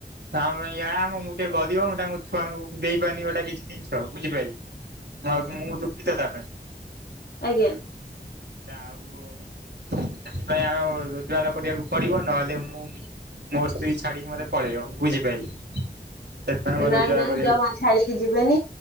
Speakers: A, on the right (about 85°); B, on the left (about 65°).
A: ଆମ ୟା ଆମ ମୁଁ ଟିକେ ଗରିବ ମୁଁ ତାଙ୍କୁ ଛୁଆଙ୍କୁ ଦେଇପାରନି ଗୋଟା କିଛି ଦିନିଷ ବୁଝିପାଇଲେ। ହଁ ତ ମୁଁ ଦୁଃଖିତ ତା ପାଇଁ।
B: ଆଜ୍ଞା।
A: ଆଉ ସେଥିପାଇଁ ଆମେ ହ ରୁଜଗାର କରିବାକୁ ପଡିବ ନହେଲେ ମୁଁ ମୋ ସ୍ତ୍ରୀ ଛାଡିକି ମୋତେ ପଳେଇବ। ବୁଝିପାଇଲେ? ସେଥିପାଇଁ ମୋତେ
B: ନାଇଁ
A: ରୋଜଗାର
B: ନାଇଁ
A: କରିବାକୁ
B: ଜମା ଛାଡିକି ଯିବେନି